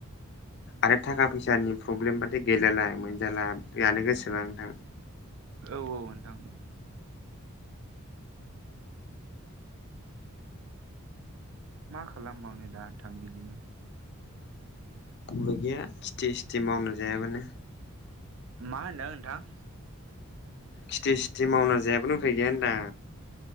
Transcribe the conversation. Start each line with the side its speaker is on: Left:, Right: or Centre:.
Left: आरो थाखा फैसानि प्रब्लेमब गेलेेलाय मोनजाला जानो गोसोबां नोंथां।
Right: औ औ नोंथां। मा खालामबावनो दा नोंथां बिदिनो।
Left: मोनबो गैया खिथि सिथि मावनो जायाबानो।
Right: मा होनदों नोंथां?
Left: खेथि सिथि मावना जायाबो उफै गैया होनदां।